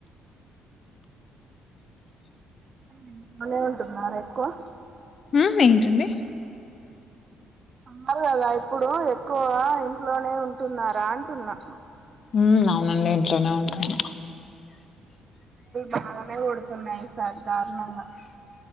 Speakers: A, on the right; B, on the left.
A: ఇంట్లోనే ఉంటున్నారా ఎక్కువ
B: ఉమ్ ఏంటండి
A: సమ్మర్ కదా ఇప్పుడు ఎక్కువగా ఇంట్లోనే ఉంటున్నారా అంటున్నా
B: ఉమ్ అవునండి ఇంట్లోనే ఉంటున్న
A: బాగానే ఎండలు కొడుతున్నాయి ఈసార్ దారుణంగా